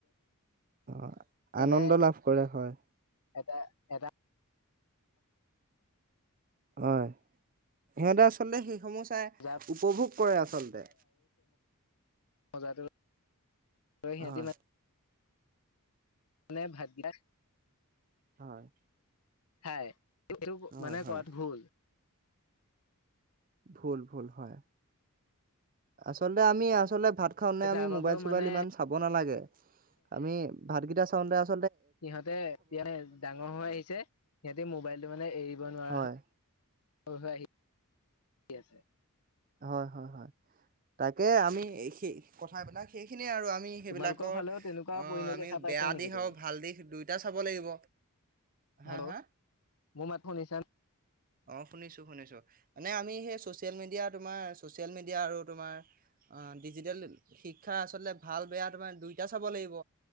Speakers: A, on the right; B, on the left.
A: অ'
B: মানে
A: আনন্দ লাভ কৰে হয়
B: এটা এটা
A: হয় সিহঁতে আচলতে সেইসমূহ চাই
B: মজা
A: উপভোগ কৰে আচলতে
B: মজাতো লয় লৈ সিহঁতি
A: হয়
B: মানে মানে ভাত কিতা
A: হয়
B: খায় এইটো
A: হয়
B: মানে
A: হয়
B: কৰাত ভুল
A: ভুল ভুল হয় আচলতে আমি আচলতে ভাত খাওতে আমি
B: তাৰ বাবেও
A: মোবাইল চোবাইল
B: মানে
A: ইমান চাব নালাগে আমি ভাতকেইটা খাওঁতে
B: সিহঁতে এতিয়া ডাঙৰ হৈ আহিছে সিহঁতে মোবাইলটো মানে এৰিব নোৱাৰা
A: হয়
B: হয় হৈ হৈ আহি ঠিক আছে
A: হয় হয় হয় তাকে আমি সেই কথাবিলাক সেইখিনি আৰু আমি সেইবিলাকৰ
B: তোমালোকৰ ফালেও তেনেকুৱা
A: অ'
B: পৰিণতি
A: আমি
B: দেখা পাইছা
A: বেয়া
B: নেকি
A: দিশ
B: তুমি
A: আৰু ভাল দিশ দুয়োটা চাব লাগিব হা
B: হেল্ল'
A: হা
B: মোৰ মাত শুনিছা
A: অঁ শুনিছো শুনিছো মানে আমি সেই চচিয়েল মিডিয়া তোমাৰ চচিয়েল মিডিয়া আৰু তোমাৰ আহ ডিজিটেল অঁ অঁ শুনিছো শুনিছো মানে সেই চচিয়েল মিডিয়া আৰু ডিজিটেল শিক্ষা আচলতে ভাল বেয়া তোমাৰ দুইটা চাব লাগিব